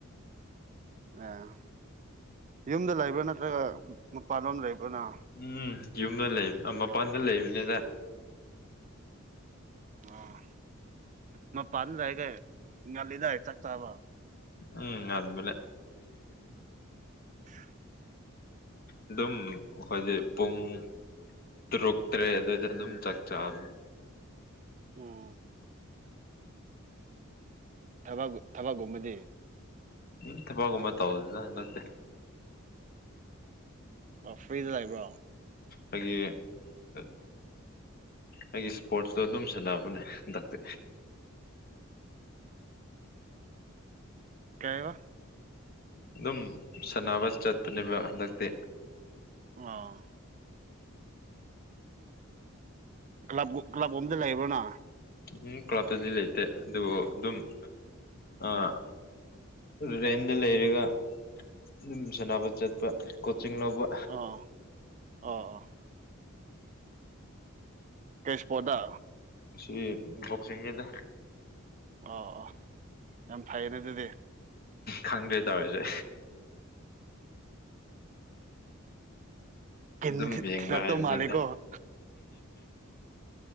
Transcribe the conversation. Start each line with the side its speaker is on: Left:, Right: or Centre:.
Right: ꯑꯥ ꯌꯨꯝꯗ ꯂꯩꯕ꯭ꯔꯥ ꯅꯠꯇ꯭ꯔꯒ ꯃꯄꯥꯟꯂꯣꯝ ꯂꯩꯕ꯭ꯔꯣ ꯅꯪ
Left: ꯎꯝ ꯌꯨꯝꯗ ꯂꯩ ꯃꯄꯥꯟꯗ ꯂꯩꯕꯅꯤꯗ
Right: ꯑꯥ ꯃꯄꯥꯟꯂꯩꯔꯒ ꯉꯜꯂꯤꯗ ꯆꯥꯛ ꯆꯥꯕ
Left: ꯎꯝ ꯉꯟꯕꯅꯦ
Right: <unintelligible>
Left: ꯑꯗꯨꯝ ꯑꯩꯈꯣꯏꯗꯤ ꯄꯨꯡ ꯇꯔꯨꯛ ꯇꯔꯦꯠ ꯑꯗꯨꯋꯥꯏꯗ ꯑꯗꯨꯝ ꯆꯥꯛ ꯆꯥꯕꯅꯦ
Right: ꯑꯣ ꯊꯕꯛ ꯊꯕꯛ ꯀꯨꯝꯕꯗꯤ
Left: ꯎꯝ ꯊꯕꯛꯀꯨꯝꯕ ꯇꯧꯗꯦꯗ ꯍꯟꯗꯛꯇꯤ
Right: ꯑꯣ ꯐ꯭ꯔꯤꯗ ꯂꯩꯕ꯭ꯔꯣ
Left: ꯂꯩꯌꯦ ꯑꯥ ꯑꯩ ꯏꯁꯄꯣꯔꯠꯁ ꯇ ꯗꯨꯝ ꯁꯥꯟꯅꯕꯅꯦ ꯍꯟꯗꯛꯇꯤ
Right: ꯀꯩꯕ
Left: ꯑꯗꯨꯝ ꯁꯥꯟꯅꯕ ꯆꯠꯄꯅꯦꯕ ꯍꯟꯗꯛꯇꯤ
Right: ꯑꯣ ꯀ꯭ꯂꯕꯒꯨ ꯀ꯭ꯂꯕ ꯒꯨꯝꯗ ꯂꯩꯕ꯭ꯔꯣ ꯅꯪ
Left: ꯎꯝ ꯀ꯭ꯂꯞꯇꯗꯤ ꯂꯩꯇꯦ ꯑꯗꯨꯕꯨ ꯑꯗꯨꯝ ꯑꯥ ꯔꯦꯟꯗ ꯂꯩꯔꯒ ꯑꯗꯨꯝ ꯁꯥꯟꯅꯕ ꯆꯠꯄ ꯀꯣꯆꯤꯡ ꯂꯧꯕ
Right: ꯑꯥ ꯑꯣ ꯑꯣ ꯀꯩ ꯏꯁꯄꯣꯔ꯭ꯠꯇꯥ
Left: ꯑꯁꯤ ꯕꯣꯛꯁꯤꯡꯅꯤꯗ
Right: ꯑꯣ ꯑꯣ ꯌꯥꯝ ꯐꯩꯌꯦꯅꯦ ꯑꯗꯨꯗꯤ
Left: ꯈꯪꯗꯦ ꯇꯧꯔꯤꯖꯦ
Right: ꯀꯤꯟ
Left: ꯑꯗꯨꯝ ꯌꯦꯡꯕ
Right: ꯊꯤꯜꯂꯛꯇꯧ
Left: ꯍꯥꯏꯕꯗꯨꯅꯦ
Right: ꯃꯥꯜꯂꯦꯀꯣ